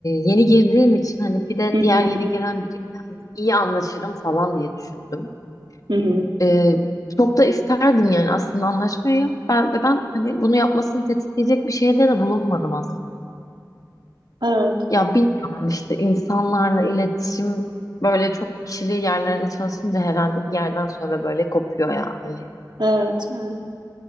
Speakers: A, on the left; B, on the right.
A: yeni girdiğim için hani bir de
B: Hı hı
A: diğer yeni
B: hı hı.
A: gelen biriyle hani iyi anlaşırım falan diye düşündüm.
B: Hı hı.
A: Ee, çok da isterdim yani aslında anlaşmayı. Ben, ve ben hani bunu yapmasını tetikleyecek bir şeyde de bulunmadım aslında.
B: Evet,
A: Ya bilmiyorum işte insanlarla iletişim böyle çok kişili yerlerde çalışınca herhalde bir yerden sonra böyle kopuyor ya hani.
B: evet, evet.